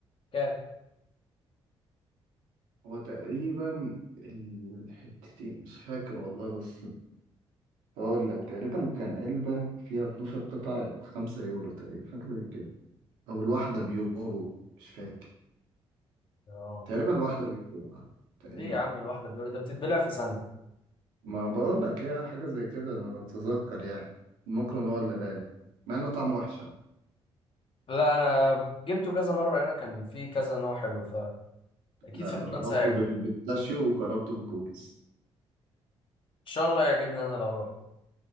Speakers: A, on the left (about 35°); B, on the right (about 65°).
A: كام
B: هو تقريبا الحتتين مش فاكر والله بس هقول لك تقريبا كان علبة فيها 12 قطعة 5 يورو تقريبا حاجة زي كده او الواحدة بيورو مش فاكر
A: اه
B: تقريبا الواحدة بيورو آه، تقريبا
A: ليه يا عم الواحده بيور ده بتتبلع في ثانيه
B: ما بقول لك هي حاجة زي كده انا اتذكر يعني المكرم هو اللي غالي مع انه طعمه وحش آه.
A: لا انا جبته كذا مره هنا كان في كذا نوع حلو فاكيد
B: لا
A: في
B: انا جربته
A: فرنسا هيعجبني
B: بالبيستاشيو وجربته بالكوكيز
A: ان شاء الله يعجبني انا لو رحت